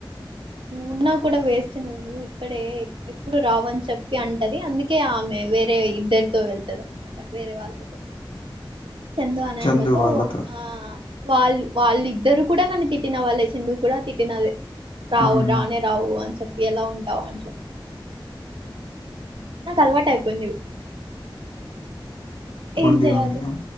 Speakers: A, on the right; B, on the left.
A: ఉన్నా కూడా వేస్ట్ నువ్వు ఇక్కడే ఎప్పుడు రావుని చెప్పి అంటది అందుకే ఆమె వేరే ఇద్దరు తో వెళ్తదనమాట వేరే వాళ్ళతో చందు అనె
B: చందు
A: అమె తో
B: వాళ్ళతో
A: ఆ వాళ్ళు వాళ్ళిద్దరు కూడా నన్ను తిట్టిన వాళ్ళు చందుకూడా తిట్టినదే రావు
B: ఉమ్
A: రానే రావు అని చెప్పి ఎలా ఉంటావు అని చెప్పి నాకు అలవాటు అయిపోయింది ఏం
B: ఉండి
A: చేయాలి
B: ఉండిగా